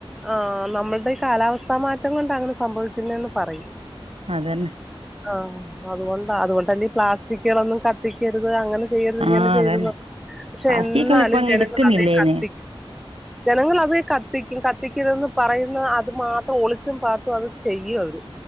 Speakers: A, in the centre; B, on the right.
A: ആഹ് നമ്മളുടെഈ കാലാവസ്ഥാ മാറ്റം കൊണ്ട് അങ്ങനെ സംഭവിക്കുന്നന്ന് പറയും
B: അതന്നെ
A: ആഹ് അതുകൊണ്ട അതുകൊണ്ട്ന്നെ പ്ലാസ്റ്റിക്കുകളൊന്നും കത്തിക്കരുത് അങ്ങനെ ചെയ്യരുത്
B: ആഹ്
A: ഇങ്ങനെ ചെയ്യരുത്
B: അതന്നെ
A: എന്നൊക്കെ പക്ഷെ
B: പ്ലാസ്റ്റിക്കെല്ലാം
A: എന്നാലും
B: ഇപ്പ അങ്ങ്
A: ജനങ്ങൾ
B: എടുക്കുന്നില്ലേന്ന്
A: അതെ കത്തിക്കും ജനങ്ങൾ അത് കത്തി കത്തിക്കും കത്തിക്കരുതേന്ന് പറയുന്ന അത് മാത്രം ഒളിച്ചും പാത്തും അത് ചെയ്യും അവര്